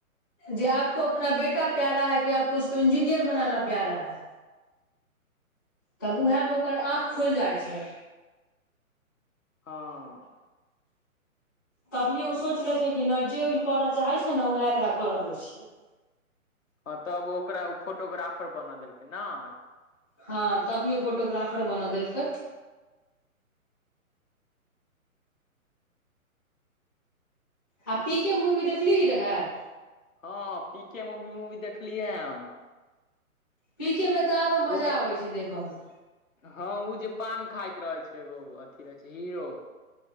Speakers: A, on the left; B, on the left.
A: जे आपको अपना बेटा प्यारा है कि आपको उसको इंजीनियर बनाना प्यारा है। तब उहेए मे ओकर आँख खुलि जाइ छै।
B: हँ।
A: तभिये ओ सोचि लै छै कि नै जे ई करऽ चाहै छै न उहेए एकरा करऽ दै छियै।
B: हँ तब ओकरा ओ फोटोग्राफर बनऽ देलकै नइ?
A: हँ तभी ओ फोटोग्राफर बनऽ देलकै। आ पी के मूवी देखलीही रहेए।
B: हँ पी के मुवी- मुवी देखलीयै हम।
A: पी के में त आरो मजा
B: ओमे
A: अबै छै देखऽ मे।
B: हँ उ जे पान खाइत रहै छै एगो अथी रहै छै हीरो।